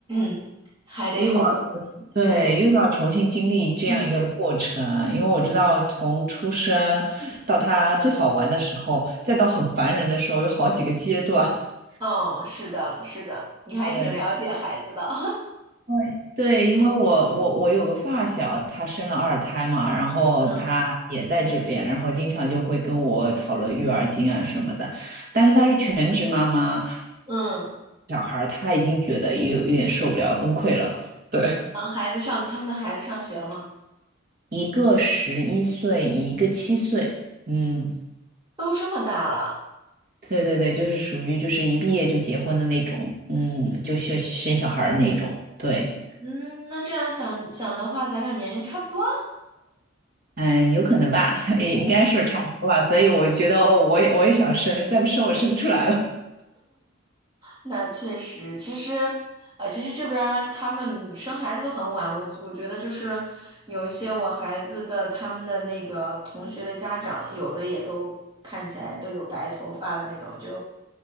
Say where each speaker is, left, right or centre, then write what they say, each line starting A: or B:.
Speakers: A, on the right; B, on the right.
A: <clears throat> 还得好多。
B: 又要对，
A: 对，
B: 又要重新经历这样一个过程，
A: 嗯，
B: 因为我知道从出生到他最好玩的时候，再到很烦人的时候，有好几个阶段。<laughs>
A: 哦，是的，是的，你还挺了解孩子的。
B: 对，对，对，因为我我我有个发小，她生了二胎嘛，然后她也在这边，
A: <laughs> 嗯
B: 然后经常就会跟我讨论育儿经啊什么的，但是她是全职妈妈，
A: 嗯。
B: 小孩儿她已经觉得有有点受不了，崩溃了。对。
A: 嗯，孩子上，他们的孩子上学了吗？
B: 一个十一岁，一个七岁。嗯，
A: 都这么大了，
B: 对对对，就是属于就是一毕业就结婚的那种，嗯，就生生小孩儿那种。对，
A: 嗯，那这样想想的话，咱俩年龄差不多啊
B: 嗯，有可能吧，<laughs> 应该是差不多吧。所以我觉得，哦，我也我也想生，再不生我生不出来了。
A: 那确实，其实，呃，其实这边儿他们生孩子都很晚，我我觉得就是有一些我孩子的他们的那个同学的家长，有的也都看起来都有白头发了那种，就